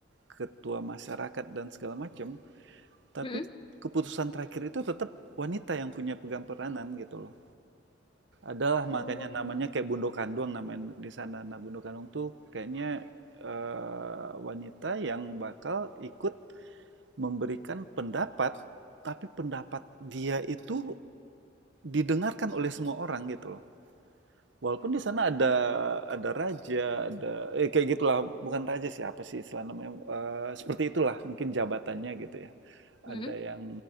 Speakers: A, on the right; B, on the left.
A: ketua masyarakat dan segala macam, tapi
B: Mm-mm.
A: keputusan terakhir itu tetap wanita yang punya pegang peranan gitu loh. Adalah
B: Oh.
A: makanya namanya kayak Bundo Kandung namanya di sana. Nah, Bundo Kandung tuh kayaknya eh, wanita yang bakal ikut memberikan pendapat, tapi pendapat dia itu didengarkan oleh semua orang gitu loh. Walaupun di sana
B: Mm-mm.
A: ada ada raja, ada eh, kayak gitulah, bukan raja sih apa sih istilah namanya eh, seperti itulah mungkin jabatannya gitu ya. Ada
B: Mm-mm.
A: yang